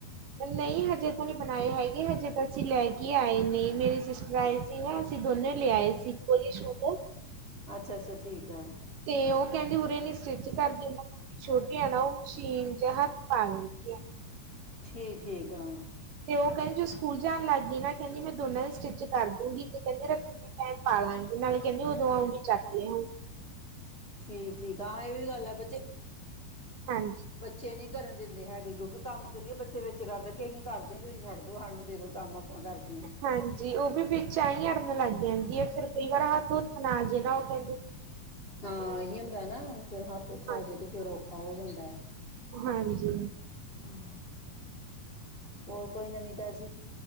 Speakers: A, on the right; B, on the left.
A: ਨਈ ਹਜੇ ਤਾਂ ਨਈ ਬਣਾਏ ਹੈਗੇ ਹਜੇ ਤਾਂ ਅਸੀਂ ਲੈ ਕੇ ਆਏ ਨੇ ਮੇਰੇ ਸਿਸਟਰ ਆਏ। ਸੀ ਨਾ ਅਸੀਂ ਦੋਨੇ ਲਿਆਏ ਸੀ ਇੱਕੋ ਜਿਹੇ ਸ਼ੂਟ
B: ਅੱਛਾ-ਅੱਛਾ ਠੀਕ ਹੈ।
A: ਤੇ ਓ ਕੈਂਦੇ ਉਰੇ ਨ ਸਟਿਚ ਕਰਦੇ ਉਹਨਾਂ ਛੋਟੀ ਆ ਨਾ ਓ ਮਸ਼ੀਨ ਜਾਂ ਹੱਥ ਪਾ ਲੈਂਦੀ ਆ।
B: ਠੀਕ ਠੀਕ ਆ।
A: ਤੇ ਓ ਕੈਂਦੀ ਜੋ ਸਕੂਲ ਜਾਣ ਲੱਗ ਗਈ ਨਾ ਕੈਂਦੀ ਮੈਂ ਦੋਨਾਂ ਦੀ ਸਟਿਚ ਕਰ ਦੂੰਗੀ। ਕੈਂਦੀ ਰੱਖੜੀਆਂ ਪੈਣ ਪਾ ਲਾਂਗੇ ਨਾਲੇ ਕੈਂਦੀ ਉਦੋਂ ਆ ਵੀ ਚੱਕ ਲਿਆਂ
B: ਠੀਕ- ਠੀਕ ਆ ਇਹ ਵੀ ਗੱਲ ਹੈ ਬੱਚੇ
A: ਹਾਂਜੀ
B: ਬੱਚੇ ਨਈ ਕਰਨ ਦਿੰਦੇ ਹੈਗੇ ਕਿਉਂਕਿ ਕੰਮ ਕਰੀਏ ਬੱਚੇ ਵਿੱਚ ਕਰਦੇ ਕਿ ਅਹੀ ਕਰਦੇ ਤੁਸੀਂ ਛੱਡ ਦੋ ਸਾਨੂੰ ਦੇ ਦੋ। ਕੰਮ ਆਪਾਂ ਕਰਦੇ ਆਂ।
A: ਹਾਂਜੀ ਓ ਵੀ ਵਿੱਚ ਆ ਹੀ ਅੜਨ ਲੱਗ ਜਾਂਦੀ ਹੈ ਫਿਰ ਕਈ ਵਾਰ ਹੱਥ ਹੂੱਥ ਨਾ ਆਜੇ ਨਾ ਓ ਕੈਂਦੇ
B: ਹਾਂ ਇਹੀ ਹੁੰਦਾ ਨਾ ਫਿਰ ਹੱਥ ਹੂਥ
A: ਹਾਂਜੀ,
B: ਆਜੇ ਤੇ ਫਿਰ ਔਖਾ ਹੋ ਜਾਂਦੈ।
A: ਹਾਂਜੀ
B: ਹੂੰ ਹੋਰ ਕੋਈ ਨਵੀਂ ਤਾਜੀ